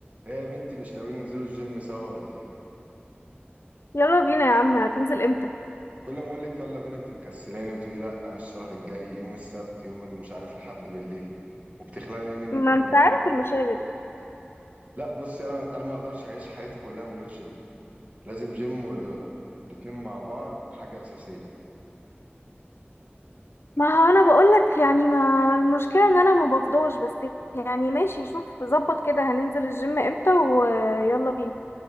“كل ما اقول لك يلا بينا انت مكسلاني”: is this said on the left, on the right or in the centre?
Right